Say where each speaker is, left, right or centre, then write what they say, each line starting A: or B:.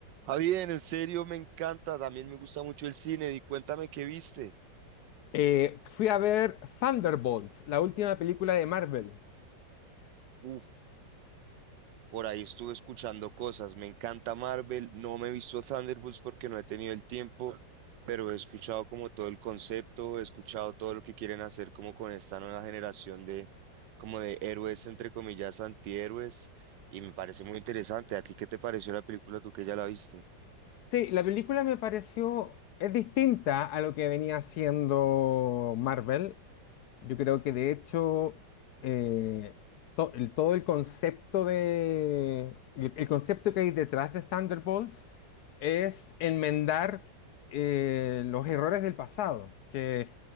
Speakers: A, on the right (about 80°); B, on the left (about 70°).
A: Javier, en serio me encanta, también me gusta mucho el cine y cuéntame qué viste.
B: Eh, fui a ver Thunderbolts, la última película de Marvel.
A: Uf, por ahí estuve escuchando cosas, me encanta Marvel, no me he visto Thunderbolts porque no he tenido el tiempo, pero he escuchado como todo el concepto, he escuchado todo lo que quieren hacer como con esta nueva generación de como de héroes entre comillas antihéroes y me parece muy interesante. ¿A ti qué te pareció la película tú que ya la viste?
B: Sí, la película me pareció, es distinta a lo que venía haciendo Marvel. Yo creo que de hecho eh, to- el, todo el concepto de el, el concepto que hay detrás de Thunderbolts es enmendar eh, los errores del pasado, que